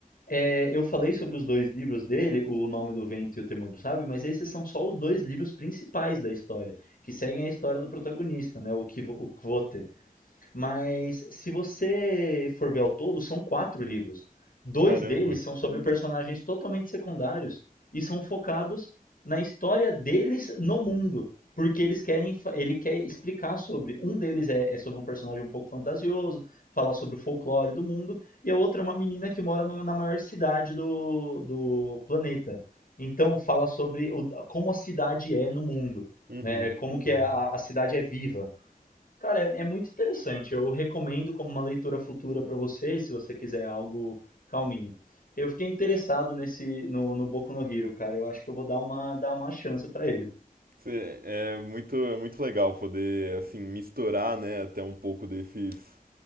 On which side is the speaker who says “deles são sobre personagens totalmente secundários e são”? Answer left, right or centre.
Left